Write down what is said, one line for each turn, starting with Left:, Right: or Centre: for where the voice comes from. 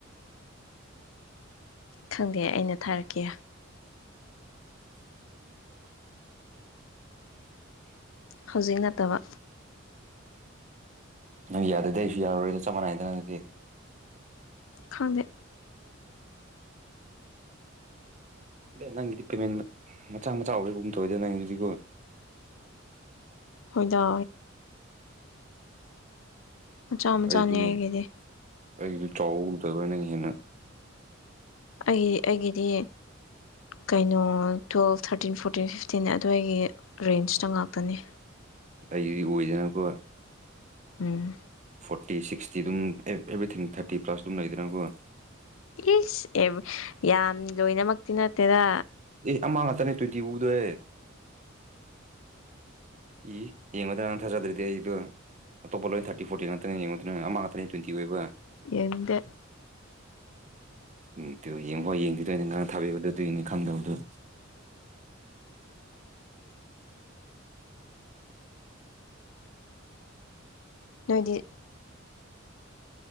Left: ꯈꯪꯗꯦ ꯑꯩꯅ ꯊꯥꯔꯛꯀꯦ ꯍꯧꯖꯤꯛ ꯅꯠꯇꯥꯕ
Right: ꯅꯪ ꯌꯥꯗꯔꯥꯗꯤ ꯑꯩꯁꯨ ꯌꯥꯔꯣꯏꯗꯥ ꯆꯞ ꯃꯥꯟꯅꯩꯗ ꯑꯗꯨꯗꯤ
Left: ꯈꯪꯗꯦ
Right: ꯅꯪꯒꯤꯗꯤ ꯄꯦꯃꯦꯟ ꯃꯆꯥ ꯃꯆꯥ ꯑꯣꯏꯒꯤꯒꯨꯝ ꯇꯧꯋꯤꯗꯥ ꯅꯪꯒꯤꯗꯨꯗꯤꯀꯣ
Left: ꯍꯣꯏꯗꯥ ꯃꯆꯥ ꯃꯆꯥꯅꯦ
Right: ꯑꯩꯗꯨꯅꯦ
Left: ꯑꯩꯒꯤꯗꯤ
Right: ꯑꯩꯒꯤꯗꯨ ꯆꯥꯎꯕꯒꯝꯗꯕ ꯅꯪ ꯍꯦꯟꯅꯥ
Left: ꯑꯩ ꯑꯩꯒꯤꯗꯤ ꯀꯩꯅꯣ ꯇꯨꯋꯦꯞ ꯊꯥꯔꯇꯤꯟ ꯐꯣꯔꯇꯤꯟ ꯐꯤꯐꯇꯤꯟ ꯑꯗꯨꯋꯥꯏꯒꯤ ꯔꯦꯟꯖꯇꯥ ꯉꯥꯛꯇꯅꯤ
Right: ꯑꯩꯒꯤꯗꯤ ꯎꯏꯗꯥꯅꯀꯣ
Left: ꯎꯝ
Right: ꯐꯣꯔꯇꯤ ꯁꯤꯛꯁꯇꯤ ꯑꯗꯨꯝ ꯑꯦꯚ꯭ꯔꯤꯊꯤꯡ ꯊꯥꯔꯇꯤ ꯄ꯭ꯂꯁ ꯑꯗꯨꯝ ꯂꯩꯗꯥꯅꯀꯣ
Left: ꯏꯁ ꯑꯦꯕ ꯌꯥꯝ ꯂꯣꯏꯅꯃꯛꯇꯤ ꯅꯠꯇꯦꯗꯥ
Right: ꯑꯦ ꯑꯃꯥ ꯉꯥꯇꯅꯦ ꯇꯣꯏꯟꯇꯤ ꯋꯨꯗ꯭ꯋꯦ ꯏ ꯌꯦꯡꯉꯣꯗꯥ ꯅꯪ ꯊꯥꯖꯗ꯭ꯔꯗꯤ ꯑꯩꯗꯣ ꯑꯇꯣꯞꯄꯥ ꯂꯣꯏ ꯊꯥꯔꯇꯤ ꯐꯣꯔꯇꯤ ꯉꯥꯛꯇꯥꯅꯦ ꯌꯦꯡꯉꯣꯗꯅꯥ ꯑꯃꯥ ꯉꯥꯛꯇꯥꯅꯦ ꯇꯣꯏꯟꯇꯤ ꯑꯣꯏꯕ
Left: ꯌꯦꯡꯅꯤꯡꯗꯦ
Right: ꯎꯝ ꯇꯨ ꯌꯦꯡꯐꯥꯎ ꯌꯦꯡꯗ꯭ꯔꯤꯗꯣ ꯑꯩꯅ ꯉꯔꯥꯡ ꯊꯥꯕꯤꯕꯗꯨ ꯗꯨꯏꯅꯤ ꯈꯪꯗꯕꯗꯨ
Left: ꯅꯣꯏꯗꯤ